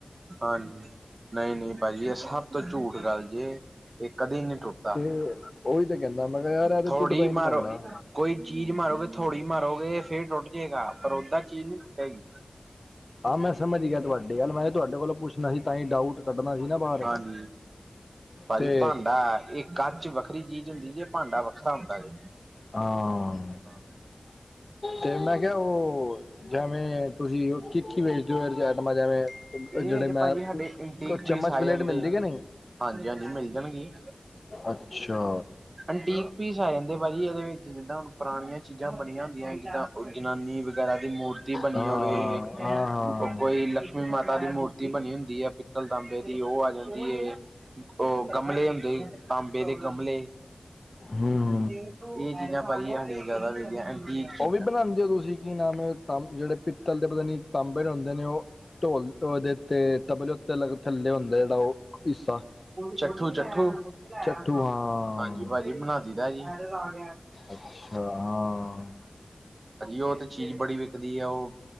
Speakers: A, on the right (about 60°); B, on the left (about 50°).
A: ਹਾਂਜੀ। ਨਹੀਂ-ਨਹੀਂ ਭਾਜੀ, ਇਹ ਸਭ ਤੋਂ ਝੂਠ ਗੱਲ ਜੇ ਇਹ ਕਦੇ ਨਹੀਂ ਟੁੱਟਦਾ।
B: ਹੂੰ, ਉਹੀ ਤੇ ਕਹਿੰਦਾ ਮੈਂ ਕਿਹਾ ਯਾਰ ਇਹ ਤੇ
A: ਥ੍ਹੋੜੀ
B: ਟੁੱਟਦਾ ਹੀ ਨੀ
A: ਮਾਰੋ
B: ਭਾਂਡਾ
A: ਕੋਈ ਚੀਜ਼ ਮਾਰੋਗੇ। ਥ੍ਹੋੜੀ ਮਾਰੋਗੇ, ਫੇਰ ਟੁੱਟ ਜੇਗਾ। ਪਰ ਓਦਾਂ ਚੀਜ਼ ਨੀ ਟੁੱਟੇਗੀ।
B: ਆਹ ਮੈਂ ਸਮਝ ਗਿਆ ਤੁਵਾਡੀ ਗੱਲ। ਮੈਂ ਕਿਹਾ ਤੁਵਾਡੇ ਕੋਲੋਂ ਪੁੱਛਣਾ ਹੀ ਤਾਂ ਹੀ ਡਾਊਟ ਕੱਢਣਾ ਹੀ ਨਾ ਬਾਹਰ।
A: ਹਮ। ਭਾਜੀ
B: ਤੇ
A: ਭਾਂਡਾ, ਇਹ ਕੱਚ ਵੱਖਰੀ ਚੀਜ਼ ਹੁੰਦੀ ਜੇ। ਭਾਂਡਾ ਵੱਖਰਾ ਹੁੰਦਾ ਦੇ।
B: ਹਾਂ
A: ਹਾਂ।
B: ਤੇ ਮੈਂ ਕਿਹਾ, ਉਹ ਜਿਵੇਂ ਤੁਸੀਂ ਕਿੱਥੇ ਵੇਚਦੇ ਓ, ਇਹੋ ਜੀ ਐਟਮਾ ਜਿਵੇਂ
A: ਇਹ
B: ਜਿਹੜੇ
A: ਜੇ
B: ਮੈਂ
A: ਭਾਜੀ ਸਾਡੇ ਇੰਟੀਕ
B: ਕ ਚਮਚ-ਪਲੇਟ
A: ਪੀਸ ਆ ਜਾਂਦੇ
B: ਮਿਲਦੀ ਕੇ ਨਹੀਂ।
A: ਹਾਂਜੀ ਹਾਂਜੀ ਮਿਲ ਜਾਣਗੇ
B: ਅੱਛਾ।
A: ਅੰਟੀਕ ਪੀਸ ਆ ਜਾਂਦੇ ਭਾਜੀ ਇਹਦੇ ਵਿੱਚ, ਜਿੱਦਾਂ ਹੁਣ ਪੁਰਾਣੀਆਂ ਚੀਜ਼ਾਂ ਬਣੀਆਂ ਹੁੰਦੀਆਂ। ਜਿੱਦਾਂ ਕੋਈ ਜ਼ਨਾਨੀ ਵਗੈਰਾ ਦੀ ਮੂਰਤੀ ਬਣੀ
B: ਹਾਂ
A: ਹੋਵੇ।
B: ਹਾਂ
A: ਕੋਈ ਲਕਸ਼ਮੀ ਮਾ ਤਾ ਦੀ ਮੂਰਤੀ ਬਣੀ ਹੁੰਦੀ ਆ, ਪਿੱਤਲ ਤਾਂਬੇ ਦੀ, ਉਹ ਆ ਜਾਂਦੀ ਏ। ਉਹ ਗਮਲੇ ਹੁੰਦੇ ਹਨ, ਤਾਂਬੇ ਦੇ ਗਮਲੇ।
B: ਹੂੰ।
A: ਇਹ ਚੀਜ਼ਾਂ ਭਾਜੀ ਹਾਡੀਆ ਜ਼ਿਆਦਾ ਵਿਕਦੀਆਂ। ਐਨ ਤੇ ਇਹ ਚੀਜ਼ਾਂ।
B: ਉਹ ਵੀ ਬਣਾਉਂਦੇ ਹੋ ਤੁਸੀਂ ਕੀ ਨਾਮ ਹੈ ਜਿਹੜੇ ਪਿੱਤਲ ਦੇ ਪਤਾ ਨੀ ਤਾਂਬੇ ਦੇ ਹੁੰਦੇ ਨੇ ਉਹ ਢੋਲ ਉਹਦੇ ਉੱਤੇ ਤਬਲੇ ਉੱਤੇ ਥੱਲੇ ਹੁੰਦਾ ਜਿਹੜਾ ਉਹ ਹਿੱਸਾ
A: ਚੱਠੂ-ਚੱਠੂ। ਹਾਂਜੀ,
B: ਚੱਠੂ ਹਾਂ
A: ਭਾਜੀ ਬਣਾਦੀਦਾ ਜੀ। ਹਾਂਜੀ-ਹਾਂਜੀ,
B: ਅੱਛਾ ਹਾਂ
A: ਉਹ ਤੇ ਚੀਜ਼ ਬੜੀ ਵਿਕਦੀ ਆ। ਉਹ